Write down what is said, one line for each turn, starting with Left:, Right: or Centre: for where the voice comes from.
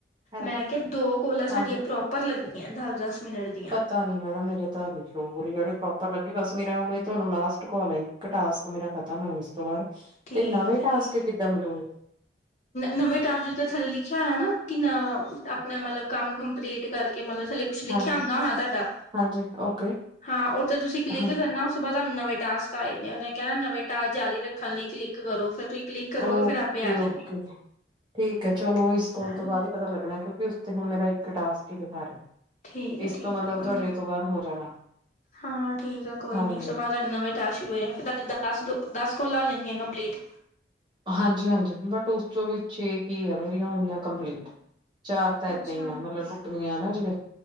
Right: ਹੈਲੋ
Left: ਮੈਂ ਕਿਹਾ ਦੋ ਕੋਲਾਂ ਸਾਡੀਆਂ
Right: ਹਾਂਜੀ
Left: ਪ੍ਰੋਪਰ ਲੱਗੀਆਂ ਦਸ, ਦਸ ਮਿੰਟ ਦੀਆਂ।
Right: ਪਤਾ ਨੀ ਮੈਡਮ ਮੇਰੇ ਤਾਂ ਹਜੇ ਸ਼ੋਅ ਨਹੀਂ ਹੋ ਰਹੀ ਆ ਜਿਹੜੀ ਪ੍ਰੋਪਰ ਲੱਗੀ ਬਸ ਮੇਰਾ ਉਵੇਂ ਤੁਹਾਨੂੰ ਲਾਸਟ ਕੋਲ ਆਈ। ਇੱਕ ਟਾਸਕ ਮੇਰਾ ਖਤਮ ਹੁਣ ਇਸ ਤੋਂ ਬਾਅਦ
Left: ਠੀਕ
Right: ਤੇ ਨਵੇਂ
Left: ਹੈ
Right: ਟਾਸਕ
Left: ਠੀਕ
Right: ਕਿੱਦਾਂ ਮਿਲੂ?
Left: ਨਵੇਂ ਟਾਸਕ ਜਿਥੋਂ ਥੱਲੇ ਲਿਖਿਆ ਹੋਇਆ ਨਾ ਕਿ ਨਾ ਆਪਣਾ ਮਤਲਬ ਕੰਮ ਕੰਪਲੀਟ ਕਰਕੇ ਕਿ ਮਤਲਬ ਥੱਲੇ ਕੁਛ ਲਿਖਿਆ
Right: ਹਾਂਜੀ
Left: ਆਉੁੰਦਾ ਹੋਣਾ ਤੁਹਾਡਾ?
Right: ਹਾਂਜੀ ਓਕੇ।
Left: ਹਾਂ ਉੱਥੇ ਤੁਸੀਂ ਕਲਿੱਕ
Right: ਹਾਂਜੀ
Left: ਕਰਨਾ ਉਸ ਤੋਂ ਬਾਅਦ ਤੁਹਾਨੂੰ ਨਵੇਂ ਟਾਸਕ ਆਏ ਦੇ ਉਹਨੇ ਕਹਿਣਾ ਨਵੇਂ ਟਾਸਕ ਜਾਰੀ ਰੱਖਣ ਲਈ ਕਲਿੱਕ ਕਰੋ। ਫੇਰ ਤੁਸੀਂ ਕਲਿੱਕ ਕਰੋਗੇ
Right: ਓਕੇ,
Left: ਫਿਰ ਆਪੇ ਆ ਜਾਣਗੇ।
Right: ਓਕੇ, ਠੀਕ ਹੈ ਚਲੋ ਇਸ ਕੋਲ
Left: ਹਾਂਜੀ
Right: ਤੋਂ ਬਾਅਦ। ਪਤਾ ਲੱਗਣਾ ਕਿਉਂਕਿ ਉਸ ਤੇ ਹੁਣ ਮੇਰਾ ਇੱਕ ਟਾਸਕ ਹੀ ਦਿਖਾ ਰਿਹਾ।
Left: ਠੀਕ ਹੈ
Right: ਇਸ
Left: ਠੀਕ
Right: ਤੋਂ ਮਤਲਬ
Left: ਹੈ ਕੋਈ
Right: ਤੁਹਾਡੇ
Left: ਨੀ
Right: ਤੋਂ ਬਾਅਦ ਹੋ ਜਾਣਾ
Left: ਹਾਂ ਠੀਕ ਹੈ ਕੋਈ
Right: ਹਾਂਜੀ
Left: ਨੀ ਉਸ ਤੋਂ ਬਾਅਦ ਨਵੇਂ ਟਾਸਕ ਸ਼ੁਰੂ ਹੋ ਜਾਨੇ ਫਿਰ ਤੁਹਾਡੀਆਂ ਦਸ ਦਸ ਕੋਲਾਂ ਹੋ ਜਾਣਗੀਆਂ ਕੰਪਲੀਟ।
Right: ਹਾਂਜੀ ਹਾਂਜੀ ਬਟ ਉਸ ਚੋਂ ਵੀ ਛੇ ਕੀ ਹੈ ਮੇਰੀਆਂ ਹੋਈਆਂ ਕੰਪਲੀਟ। ਚਾਰ ਤਾਂ ਏਦਾਂ
Left: ਅੱਛਾ
Right: ਹੀ ਆ ਮਤਲਬ ਟੁੱਟਵੀਆਂ ਨਾ ਜਿਵੇਂ।